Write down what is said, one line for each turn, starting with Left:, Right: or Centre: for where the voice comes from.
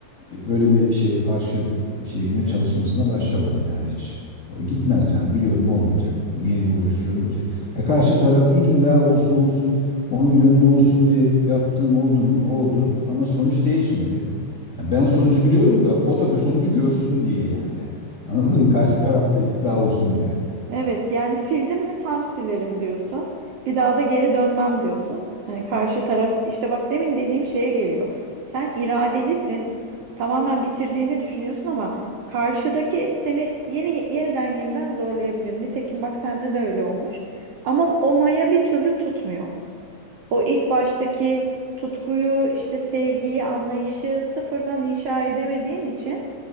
Left: E, Böyle bir şey arşiv şeyine çalışmasına başlamadım yani hiç. O Gitmez yani biliyorum olmayacak. Niye uğraşıyorum ki? E karşı taraf illa olsun olsun onun gönlü olsun diye yaptım oldu mu? Oldu ama sonuç değişmedi. Ha, Ben sonucu biliyorum da o da sonucu görsün diye yani. Anladın mı? Karşı taraf da ikna olsun diye.
Right: Evet yani sildim mi tam silerim diyorsun. Bir daha da geri dönmem diyorsun. Hani karşı taraf işte bak demin dediğim şeye geliyor. Sen iradelisin. Tamamen bitirdiğini düşünüyorsun ama karşıdaki seni yeni yeniden yeniden zorlayabilir. Nitekim bak sende de öyle olmuş. Ama o maya bir türlü tutmuyor. O ilk baştaki tutkuyu, işte sevgiyi, anlayışı sıfırdan inşa edemediğin için